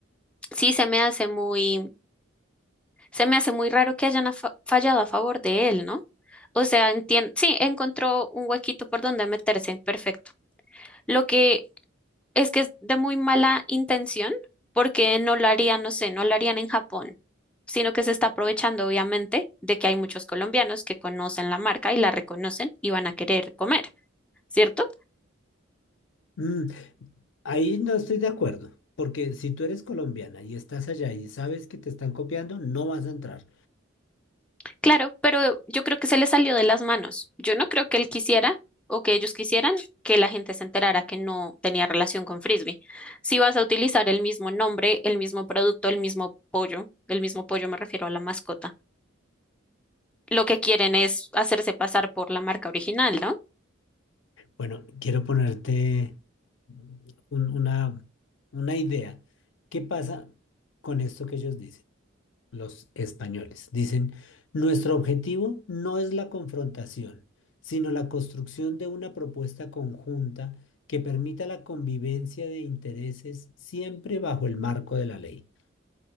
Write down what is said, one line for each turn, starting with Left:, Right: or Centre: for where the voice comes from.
Centre: sí se me hace muy Se me hace muy raro que hayan a fa- fallado a favor de él, ¿no? O sea, entien- sí, encontró un huequito por donde meterse, perfecto. Lo que es que es de muy mala intención, porque no lo harían, no sé, no lo harían en Japón, sino que se está aprovechando, obviamente, de que hay muchos colombianos que conocen la marca y la reconocen y van a querer comer, ¿cierto?
Left: Mm, ahí no estoy de acuerdo, porque si tú eres colombiana y estás allá y sabes que te están copiando, no vas a entrar.
Centre: Claro, pero yo creo que se le salió de las manos. Yo no creo que él quisiera o que ellos quisieran que la gente se enterara que no tenía relación con Frisbee. Si vas a utilizar el mismo nombre, el mismo producto, el mismo pollo, el mismo pollo me refiero a la mascota, lo que quieren es hacerse pasar por la marca original, ¿no?
Left: Bueno, quiero ponerte mm, un- una, una idea. ¿Qué pasa con esto que ellos dicen? los españoles. Dicen, nuestro objetivo no es la confrontación, sino la construcción de una propuesta conjunta que permita la convivencia de intereses siempre bajo el marco de la ley.